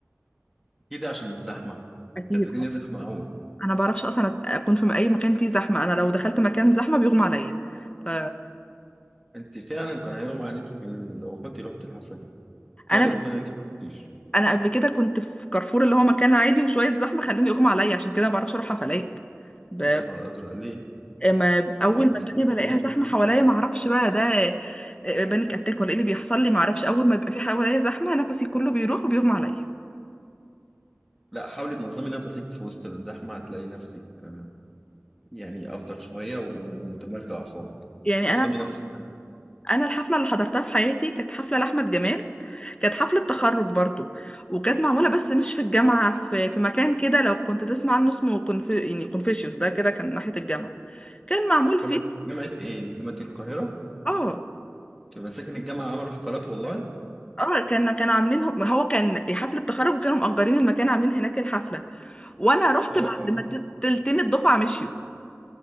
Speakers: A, in the centre; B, on the left (about 20°).
A: كده عشان الزحمة
B: <laughs> اكيد
A: كانت الدنيا زحمة أوي
B: انا ما بعرفش اصلا أت- اكون في اي مكان فيه زحمه انا لو دخلت مكان زحمه بيغمى عليا ف
A: أنت فعلا كان هيغمى عليكي في ال- لو كنت رحت الحفلة دي ما
B: انا
A: أدري ربنا أنت ما كنتيش
B: انا قبل كده كنت في كارفور اللي هو مكان عادي وشويه زحمه خلوني اغمى عليا عشان كده ما بعرفش اروح حفلات ب...
A: يا نهار أزرق ليه؟
B: ما اول
A: أنا نسيت
B: ما الدنيا
A: أقول
B: بلاقيها
A: عليك
B: زحمه حواليا ما اعرفش بقى ده آه، آه، بانيك اتاك ولا ايه اللي بيحصل لي ما اعرفش اول ما بيبقى في حواليا زحمه نفسي كله بيروح وبيغمى عليا
A: لا حاولي تنظمي نفسك في وسط الزحمة هتلاقي نفسك آه، يعني أفضل شوية ومتمالكة أعصابك
B: يعني
A: نظمي
B: انا
A: نفسك
B: انا الحفله اللي حضرتها في حياتي كانت حفله لاحمد جمال كانت حفله تخرج برضو وكانت معموله بس مش في الجامعه في في مكان كده لو كنت تسمع عنه اسمه كونف... يعني كونفوشيوس ده كده كان ناحيه الجامعه كان معمول فيه
A: جامعة جامعة إيه؟ جامعة القاهرة
B: اه آه.
A: في مساكن الجامعة عملوا حفلات والله
B: اه كان كانوا عاملين هو كان حفلة تخرج وكانوا مأجرين المكان عاملين هناك الحفلة وانا رحت
A: اه
B: بعد ما ت- تلتين الدفعة مشيوا